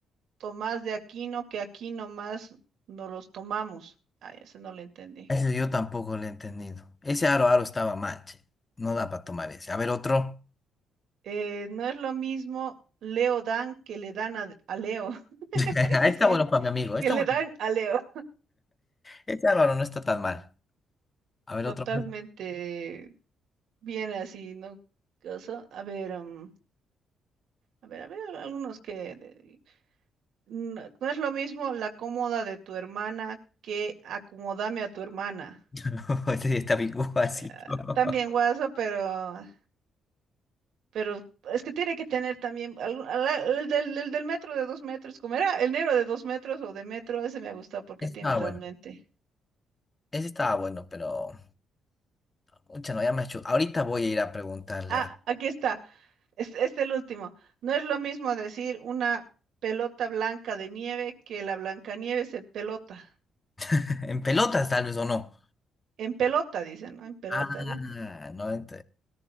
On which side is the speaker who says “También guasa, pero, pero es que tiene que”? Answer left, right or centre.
Right